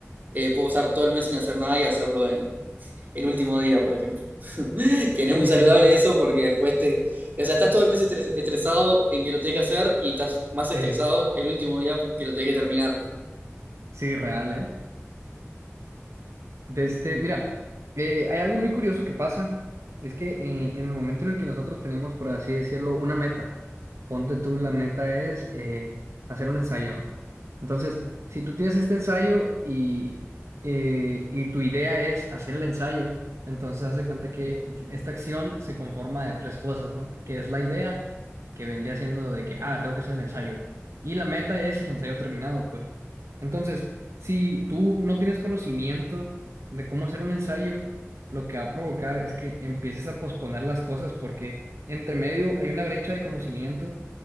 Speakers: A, on the right; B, on the right.
A: eh, puedo pasar todo el mes sin hacer nada y hacerlo el último día, por ejemplo. <laughs> Que
B: sí,
A: no es muy saludable
B: sí, pa- sí,
A: eso porque después te... O sea, estás todo el mes estres- estresado en que lo tenés que hacer y estás más estresado
B: ey,
A: el último día que lo tenés que terminar.
B: sí, real, ¿eh? De este, mira, eh, hay algo muy curioso que pasa, es que en, en el momento en el que nosotros tenemos, por así decirlo, una meta, ponte tú, la meta es eh, hacer un ensayo, ¿no? Entonces, si tú tienes este ensayo y, eh, y tu idea es hacer el ensayo, entonces haz de cuenta que esta acción se conforma de tres cosas, ¿no? Que es la idea, que vendría siendo de que, ah, tengo que hacer el ensayo, y la meta es el ensayo terminado, pues. Entonces, si tú no tienes conocimiento, de cómo hacer un ensayo, lo que va a provocar es que empieces a posponer las cosas porque entre medio hay una brecha de conocimiento